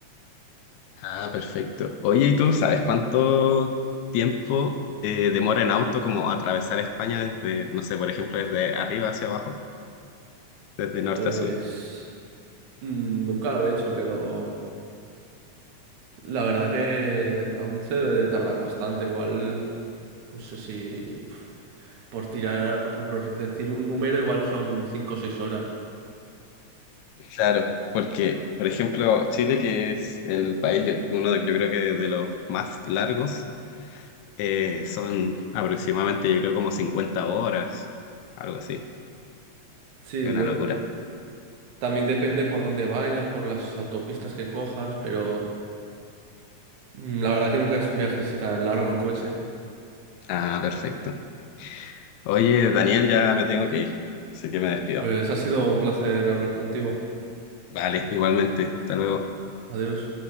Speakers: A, on the left; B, on the right.
A: Ah, perfecto. Oye, ¿y tú sabes cuánto tiempo eh, demora en auto como atravesar España desde, no sé, por ejemplo, desde arriba hacia abajo, desde norte
B: Pues
A: a sur?
B: mm, nunca lo he hecho, pero La verdad que aún se debe de tardar bastante, igual, no sé si pf, por tirar, por decir un número, igual son 5 o 6 horas.
A: Claro, porque, por ejemplo, Chile, que es el país, uno de, yo creo que de los más largos, eh, son aproximadamente, yo creo, como 50 horas, algo así.
B: Sí,
A: Es una
B: yo-
A: locura.
B: también depende por dónde vayas, por las autopistas que cojas, pero mm, la verdad que nunca he hecho un viaje así tan largo en coche.
A: Ah, perfecto. Oye, Daniel, ya me tengo que ir, así que me despido.
B: Pues ha sido un placer hablar contigo.
A: Vale, igualmente. Hasta luego.
B: Adiós.